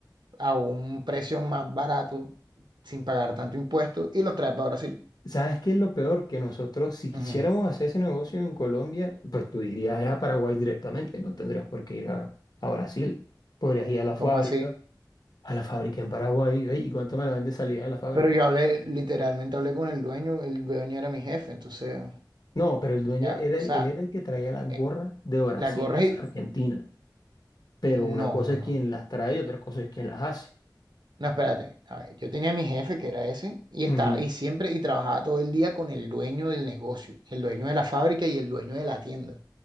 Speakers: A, on the right (about 75°); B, on the left (about 60°).
A: a un precio más barato, sin pagar tanto impuesto, y los trae para Brasil.
B: ¿Sabes qué es lo peor? Que nosotros, si quisiéramos
A: Ujú.
B: hacer ese negocio en Colombia, pues tú irías a Paraguay directamente, no tendrías por qué ir a, a Brasil. Podrías ir a la fábrica,
A: ¿Cómo así?
B: a la fábrica en Paraguay, "Ey, ¿y cuánto me la vende salida de la fábrica?
A: Pero yo hablé, literalmente hablé con el dueño, el dueño era mi jefe, entonces
B: No, pero el dueño
A: ya,
B: era
A: o
B: el,
A: sea,
B: él era el que traía las
A: eh,
B: gorras de Brasil,
A: las gorras
B: las
A: y...
B: Argentina. Pero
A: No,
B: una cosa
A: no,
B: es
A: no,
B: quien
A: no.
B: las trae y otra cosa es quien las hace.
A: No, espérate. A ver, yo tenía a mi jefe, que era ese, y
B: Ujú.
A: estaba, y siempre, y trabajaba todo el día con el dueño del negocio, el dueño de la fábrica y el dueño de la tienda.